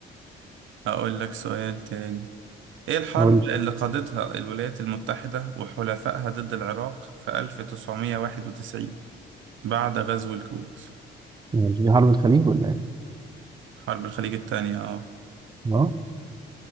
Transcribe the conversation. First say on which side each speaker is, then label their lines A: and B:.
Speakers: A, on the right; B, on the right.
A: اقول لك سؤال تاني ايه الحرب
B: قول
A: اللي قادتها الولايات المتحدة وحلفائها ضد العراق في 1991 بعد غزو الكويت
B: مش دي حرب الخليج ولا ايه
A: حرب الخليج التانية اه
B: اه